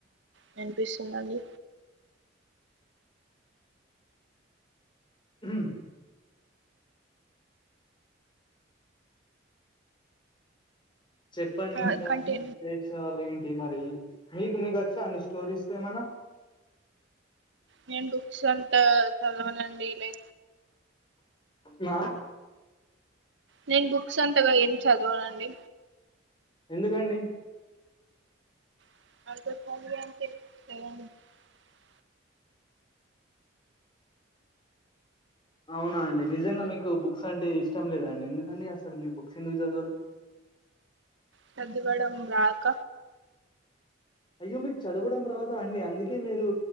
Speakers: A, on the right; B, on the left.
A: వినిపిస్తుందండి
B: హ చెప్పండి
A: ఆ,
B: ఇంకా
A: కంటే
B: విశేషాలు ఏంటి మరి మీకు మీకు వచ్చా అండి స్టోరీస్ ఏమనా
A: నేను బుక్స్ అంతా చదవనండి లై
B: నా
A: నేను బుక్స్ అంతాగా ఏం చదవానండి
B: ఎందుకండి
A: <unintelligible>
B: అవునా అండి నిజంగా మీకు బుక్స్ అంటే ఇష్టం లేదండి ఎందుకండి అసలు మీ బుక్స్ ఎందుకు చదవరు
A: చదవడం రాక
B: అయ్యో మీరు చదవడం రాదా అండి అందుకే మీరు